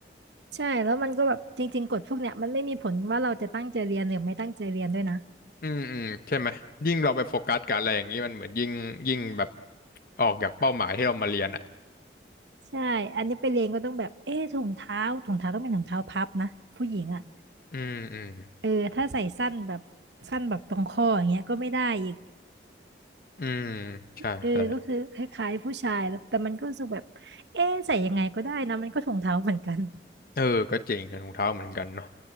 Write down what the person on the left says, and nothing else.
อืมอืมใช่ไหมยิ่งเราไปโฟกัสกับอะไรอย่างนี้มันเหมือนยิ่งยิ่งแบบออกจากเป้าหมายที่เรามาเรียนอ่ะ
อืมอืม
อืมใช่ใช่
เออก็จริงถุงเท้าเหมือนกันเนาะ